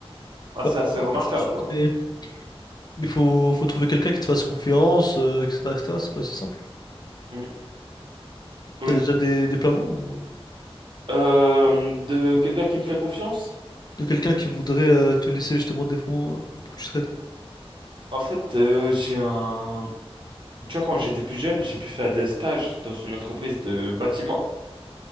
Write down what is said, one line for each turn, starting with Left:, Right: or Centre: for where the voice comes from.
Right: Ah,
Left: Bah,
Right: c'est assez
Left: écoute,
Right: remarquable,
Left: je te le souhaite,
Right: quoi.
Left: mais il faut, faut trouver quelqu'un qui te fasse confiance, euh, etc., etc. C'est pas si simple.
Right: Mm. Oui.
Left: T'as déjà des, des plafonds ou
Right: Euh, de quelqu'un qui me fait confiance?
Left: de quelqu'un qui voudrait euh, te laisser justement des fonds euh, pour que tu trades?
Right: En fait, euh, j'ai un... Tu vois, quand j'étais plus jeune, j'ai pu faire des stages dans une entreprise de bâtiment.